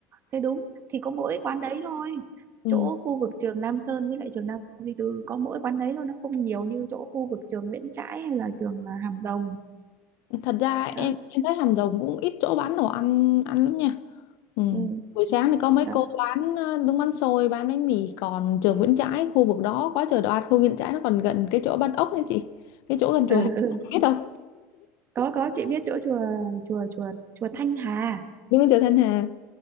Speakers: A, on the right (about 35°); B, on the left (about 65°).
A: Thế đúng, thì có mỗi quán đấy thôi.
B: ừ.
A: Chỗ khu vực trường Lam Sơn với lại trường Nam Duy Tư có mỗi quán đấy thôi, nó không nhiều như chỗ khu vực trường Nguyễn Trãi hay là trường à, Hàm Rồng.
B: thật ra em
A: Đó,
B: em thấy Hàm Rồng cũng ít chỗ bán đồ ăn ăn lắm nha ừ.
A: ừ,
B: buổi sáng thì có mấy
A: đó.
B: cô bán ờ, đúng bánh xôi bán bánh mì còn trường Nguyễn Trãi khu vực đó có chợ đồ ăn khu Nguyễn Trãi nó còn gần cái chỗ bán ốc nữa chị cái chỗ gần chùa
A: Ừ,
B: Hà
A: ừ.
B: biết không
A: Có có chị biết chỗ chùa chùa chùa chùa Thanh Hà.
B: nhưng chợ Thanh Hà